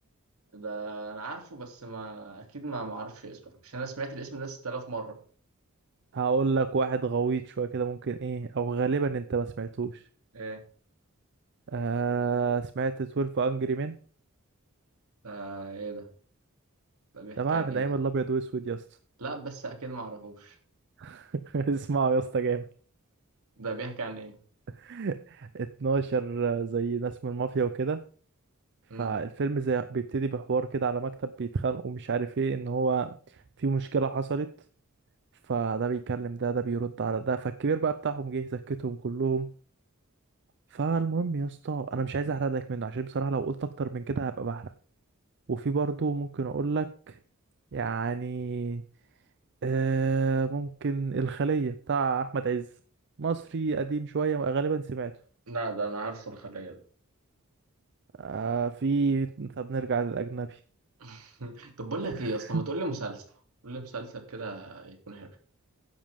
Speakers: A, on the right; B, on the right.
A: ده أنا عارفه بس ما أكيد ما معرفش اسمه عشان أنا سمعت الاسم ده 6000 مرة
B: هقول لك واحد غويط شويه كده ممكن ايه او غالبا انت ما سمعتوش
A: إيه
B: آه سمعت 12 انجري مان
A: ده إيه ده ده بيحكي
B: ده بقى
A: عن
B: من
A: إيه
B: ايام
A: ده
B: الابيض واسود يا اسطى
A: لا بس أكيد ما أعرفوش
B: <laughs> اسمعوا يا اسطى جامد
A: ده بيحكي عن إيه
B: <laughs> 12 زي ناس من المافيا وكده فالفيلم
A: مم.
B: زي بيبتدي بحوار كده على مكتب بيتخانقوا ومش عارف ايه ان هو في مشكله حصلت فده بيكلم ده ده بيرد على ده فالكبير بقى بتاعهم جه زكتهم كلهم فالمهم يا اسطى انا مش عايز احرق لك منه عشان بصراحة لو قلت اكتر من كده هبقى بحرق وفي برضه ممكن اقول لك يعني آه ممكن الخلية بتاع احمد عز مصري قديم شوية غالبا سمعته
A: لا ده أنا عارفه الخلية ده
B: آه في طب نرجع للاجنبي
A: <laughs> طب بقول
B: <laughs>
A: لك إيه يا اسطى ما تقول لي مسلسل قول لي مسلسل كده يكون حلو